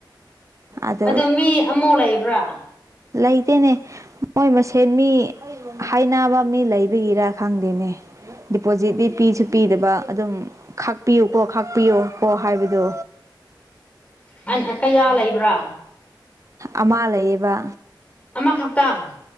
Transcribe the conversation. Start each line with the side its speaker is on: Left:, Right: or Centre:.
Right: ꯑꯗꯨ
Left: ꯑꯗꯣ ꯃꯤ ꯑꯃꯨꯛ ꯂꯩꯕ꯭ꯔꯥ
Right: ꯂꯩꯇꯦꯅꯦ ꯃꯣꯏ ꯃꯁꯦꯟ ꯃꯤ ꯍꯥꯏꯅꯕ ꯃꯤ ꯂꯩꯕꯒꯤꯔꯥ ꯈꯪꯗꯦꯅꯦ ꯗꯤꯄꯣꯖꯤꯠꯇꯤ ꯄꯤꯁꯨ ꯄꯤꯗꯕ ꯑꯗꯨꯝ ꯈꯥꯛꯄꯤꯌꯨꯀꯣ ꯈꯥꯛꯄꯤꯌꯨ ꯀꯣ ꯍꯥꯏꯕꯗꯣ
Left: <unintelligible> ꯑ ꯀꯌꯥ ꯂꯩꯕ꯭ꯔꯥ
Right: ꯑꯃꯥ ꯂꯩꯌꯦꯕ
Left: ꯑꯃꯈꯛꯇꯪ